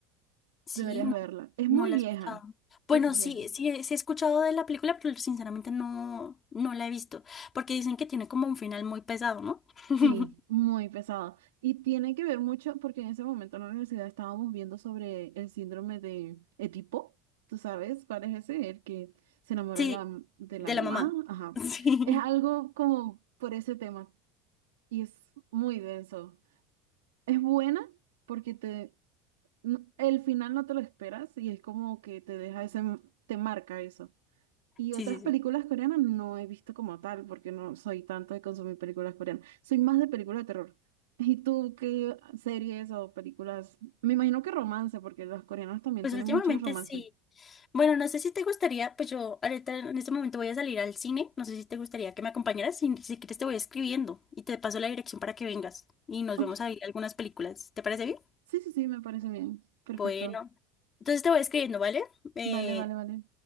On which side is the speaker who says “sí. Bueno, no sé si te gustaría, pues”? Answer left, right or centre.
Left